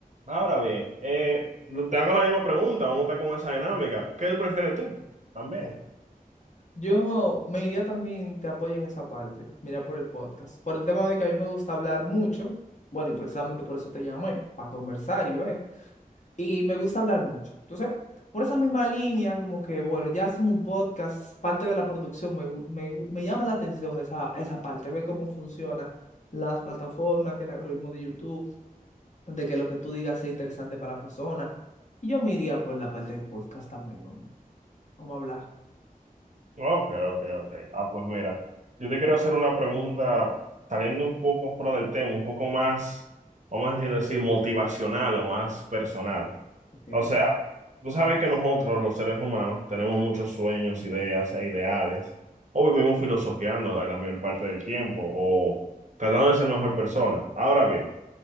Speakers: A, on the right (about 55°); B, on the left (about 55°).
A: Ahora bien, eh, te hago la misma pregunta, vamos a estar con esa dinámica. ¿Qué prefieres tú? También.
B: Yo me iría también, te apoyo en esa parte, mira por el podcast, por el tema de que a mí me gusta hablar mucho, bueno, y precisamente por eso te llamé, para conversar y ver. y me gusta hablar mucho. Entonces, por esa misma línea, como que, bueno, ya hacemos un podcast, parte de la producción, me, gu- me, gu- me llama la atención esa, esa parte, ver cómo funcionan las plataformas, que el algoritmo de YouTube, de que lo que tú digas sea interesante para la persona. Y yo me iría por la parte del podcast también, hombre. Vamos a hablar.
A: Ok, ok, ok. Ah, pues mira, yo te quiero hacer una pregunta saliendo un poco fuera del tema, un poco más, vamos a decir, decir, motivacional o más personal.
B: Ok.
A: O sea, tú sabes que nosotros, los seres humanos, tenemos muchos sueños, ideas e ideales, o vivimos filosofiando la mayor parte del tiempo, o tratando de ser mejor persona. Ahora bien,